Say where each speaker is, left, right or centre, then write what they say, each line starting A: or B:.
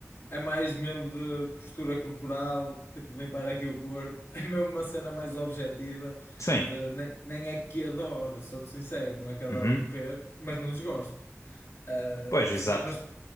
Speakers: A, on the left (about 45°); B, on the left (about 85°).
A: É mais mesmo de postura corporal, tipo, limpar aqui o corpo. <laughs> É mesmo uma cena mais objetiva.
B: Sim.
A: De, nem, nem é que adoro, sou-te sincero, não é que adoro
B: Uhum.
A: correr, mas não desgosto. Ah,
B: Pois, exato.
A: preferi- mas